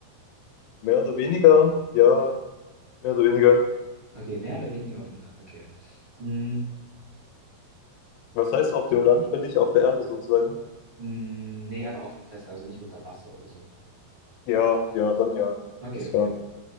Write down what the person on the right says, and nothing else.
Okay, mehr oder weniger auf dem Land, okay. Mm,
mm, nee, einfach auf dem Festland, also nicht unter Wasser oder so.
Okay,
okay.